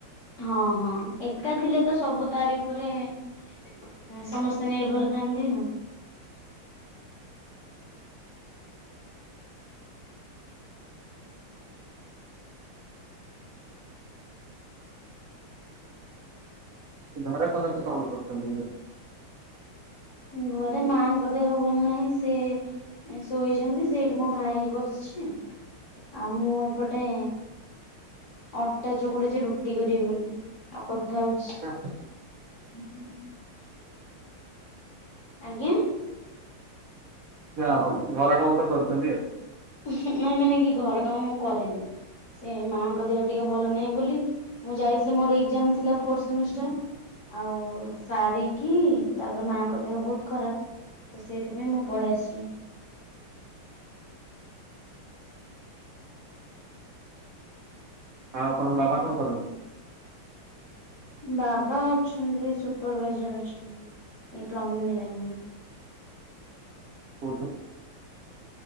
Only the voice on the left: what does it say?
ହଁ ହଁ ଏକା ଥିଲେ ତ ସବୁ ତାରି ଉପରେ ଏ ସମସ୍ତେ ନିର୍ଭର ଥାନ୍ତି ଆଉ।
ଘରେ ମାଙ୍କ ଦେହ ଭଲ ନାହିଁ ସେ ଶୋଇଛନ୍ତି ସେଇଠି ମୋ ଭାଇ ବସିଛି ଆଉ ମୁଁ ଏପଟେ ଅଟା ଚକୁଡୁଛି ରୁଟି କରିବି ବୋଲି ଆଉ କଥା ହଉଛି।
ହୁଁ ହୁଁ। ଆଜ୍ଞା।
ଉହୁଁ ନାଇଁ ମାନେ କି ଘର କାମ ମୁଁ କରେନି। ସେ ମାଙ୍କ ଦେହ ଟିକେ ଭଲ ନାହିଁ ବୋଲି ମୁଁ ଯାଇଥିଲି ମୋର ଏଗଜାମ ଥିଲା ଫୋର ସେମିଷ୍ଟାର। ଆଉ ସାରିକି ତାପରେ ମାଙ୍କ ଦେହ ବହୁତ ଖରାପ। ତ ସେଇଥିପାଇଁ ମୁଁ ପଳେଇ ଆସିଲି।
ବାବା ଅଛନ୍ତି ସୁପରଭାଇଜର ଅଛନ୍ତି ଏଇ ପ୍ଲମ୍ବିଂ ଲାଇନ ର।